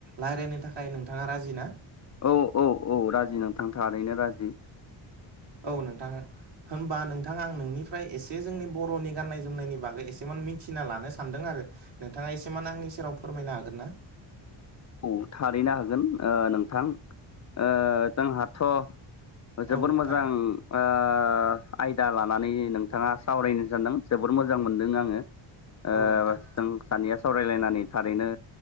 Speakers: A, on the right; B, on the left.
A: रायलायनो थाखाय नोंथाङा राजि ना?
B: औ औ औ राजि नोंथां थारैनो राजि।
A: औ नोंथां। होनबा नोंथाङा आं नोंनिफ्राय एसे जोंनि बर'नि गाननाय जोमनायनि बागै एसेम मिथिना लानो सानदों आरो। नोंथाङा एसेमान आंनि सेराव फोरमायनो हागोन ना?
B: औ थारैनो हागोन ओ नोंथां ओ जोंहाथ'। जोबोर
A: औ नोंथां
B: मोजां। ओ आयदा लानानै नोंथाङा सावरायनो सानदों जोबोर मोजां मोनदों आङो। ओ
A: औ नोंथां
B: जों सानैया सावरायलायनानै थारैनो